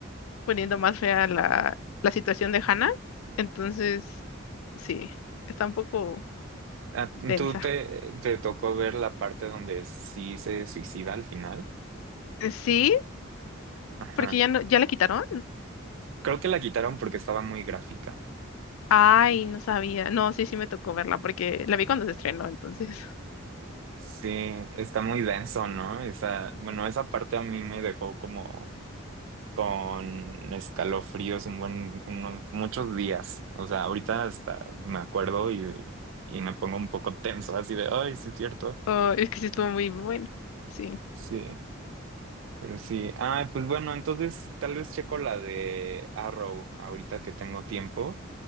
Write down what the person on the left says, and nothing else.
poniendo más fea la, la situación de Hannah. Entonces, sí, está un poco
densa.
Sí,
porque ya no, ya la quitaron.
Ay, no sabía. No, sí, sí me tocó verla porque la vi cuando se estrenó, entonces.
Oh, es que sí estuvo muy bueno. Sí,